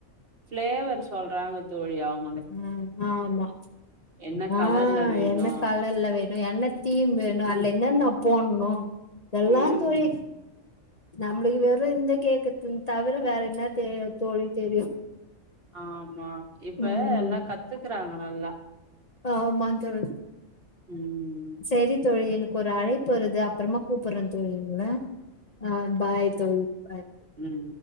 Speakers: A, on the right; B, on the left.
A: பிளேவர் சொல்றாங்க தோழி அவு
B: ஆ ஆமா
A: என்ன
B: ஆ
A: கலர்ல வேணு
B: என்ன கலர்ல்ல வேணு என்ன தீம் வேணு
A: ம்
B: அதுல
A: ம்
B: என்னன்னா போட்ணு இதெல்லா
A: ம்.
B: தோழி நம்பளுக்கு வெறு இந்த கேக்கத் தவிர வேற என்ன தே தோழி தெரியு
A: ஆமா இப்ப
B: ம்
A: எல்லா கத்துக் கிராங்க நல்லா
B: ஆமா தோழி
A: ம்
B: செரி தோழி எனக்கு ஒரு அழைப்பு வருது அப்றமா கூப்பிட்றே தோழி உங்கள ஆ பாய் தோழி பாய்
A: ம்